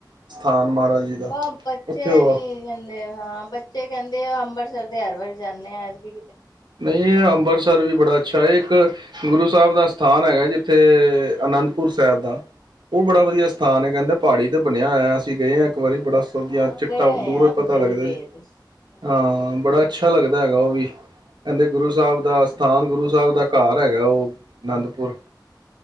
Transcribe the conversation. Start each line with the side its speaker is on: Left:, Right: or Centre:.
Right: ਸਥਾਨ ਮਹਾਰਾਜ ਜੀ ਦਾ
Left: ਬ ਬੱਚੇ
Right: ਉੱਥੇ ਹੋ
Left: ਨੀ
Right: ਆਓ
Left: ਕਹਿੰਦੇ ਹਾਂ ਬੱਚੇ ਕਹਿੰਦੇ ਅੰਬਰਿਸਰ ਹਰ ਵਾਰੀ ਜਾਂਦੇ ਹਾਂ ਏਦਕੀ
Right: ਨਹੀਂ ਅੰਮਬਰਤਸਰ ਵੀ ਬੜਾ ਅੱਛਾ ਅੱਛਾ ਇਹ ਇੱਕ ਗੁਰੂ ਸਾਹਿਬ ਦਾ ਸਥਾਨ ਹੈਗਾ ਜਿੱਥੇ ਅਨੰਦਪੁਰ ਸਾਹਿਬ ਦਾ ਉਹ ਬੜਾ
Left: ਹੂੰ
Right: ਵਧੀਆ ਸਥਾਨ ਹੈ ਕਹਿੰਦਾ ਪਹਾੜੀ ਤੇ ਬਣਿਆ ਹੋਇਆ ਅਸੀਂ ਗਏ ਹਾਂ ਇੱਕ ਇੱਕ ਵਾਰੀ ਬੜਾ ਸੋਦੀਆ
Left: ਹਾਂ
Right: ਚਿੱਟਾ
Left: ਗਏ ਹੋਏ
Right: ਦੂਰੋਂ
Left: ਆ ਉੱਥੇ
Right: ਪਤਾ ਲੱਗਦਾ
Left: ਵੀ ਗਏ
Right: ਜੀ
Left: ਦੇ ਸੀ। ਹਾਂਜੀ
Right: ਹਾਂ ਬੜਾ ਅੱਛਾ ਲੱਗਦਾ ਹੈਗਾ ਉਹ ਵੀ ਕਹਿੰਦੇ ਗੁਰੂ ਸਾਹਿਬ ਦਾ ਅਸਥਾਨ ਗੁਰੂ ਸਾਹਿਬ ਦਾ ਘਰ ਹੈਗਾ ਉਹ ਅਨੰਦਪੁਰ